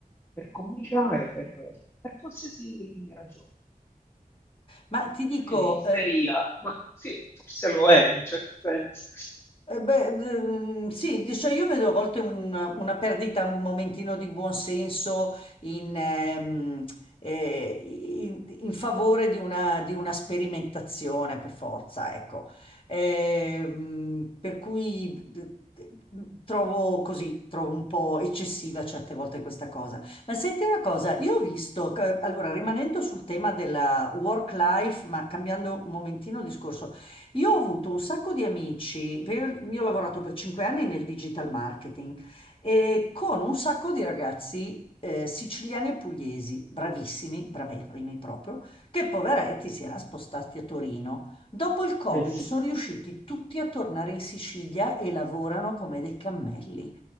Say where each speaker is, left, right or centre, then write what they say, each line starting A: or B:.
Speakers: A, on the left; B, on the left.
A: per comunicare, per, per qualsiasi ragione.
B: Ma ti dico,
A: Di isteria,
B: eh,
A: ma sì, forse lo è in un certo senso.
B: Eh beh, ehm, sì, dice, io vedo a volte una, una perdita, un momentino di buonsenso in, ehm, eh, in- in favore di una, di una sperimentazione per forza, ecco. Ehm, per cui d- d- trovo così, trovo un po' eccessiva certe volte questa cosa. Ma senti una cosa, io ho visto, che- allora rimanendo sul tema della work life, ma cambiando un momentino discorso, io ho avuto un sacco di amici, perché io, io ho lavorato per cinque anni nel digital marketing e con un sacco di ragazzi eh, siciliani e pugliesi, bravissimi, bravissimi proprio, che poveretti si erano spostati a Torino. Dopo il Covid
A: Eh sì.
B: sono riusciti tutti a tornare in Sicilia e lavorano come dei cammelli.